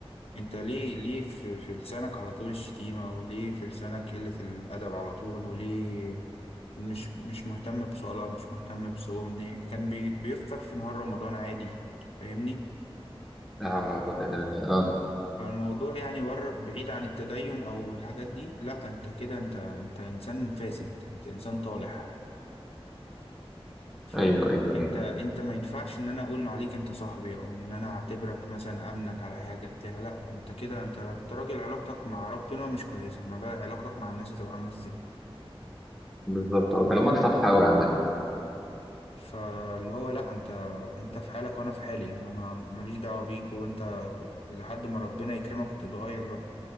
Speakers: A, on the left; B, in the centre.
A: انت ليه ليه في, في لسانك على طول الشتيمة وليه في لسانك قلة الادب على طول وليه ومش مش مهتم بصلاة مش مهتم بصوم ليه؟ كان بي بيفطر في نهار رمضان عادي فاهمني
B: لا حول ولا قوه الا بالله اه
A: فالموضوع يعني بره بعيد عن التدين او الحاجات دي لا انت كده انت انت انسان فاسد انت انسان طالح فانت
B: ايوه ايوه ايوه
A: انت ما ينفعش ان انا اقول عليك انت صاحبي او ان انا اعتبرك مثلا امنك على حاجه بتاع لا انت كده انت أنت راجل علاقتك مع ربنا مش كويسه ما بالك علاقتك مع الناس هتبقى عامله ازاي
B: بالظبط اه كلامك صح قوي عامه
A: فاللي هو لا انت انت في حالك وانا في حالي انا ما ماليش دعوه بيك وانت لحد ما ربنا يكرمك وتتغير بقى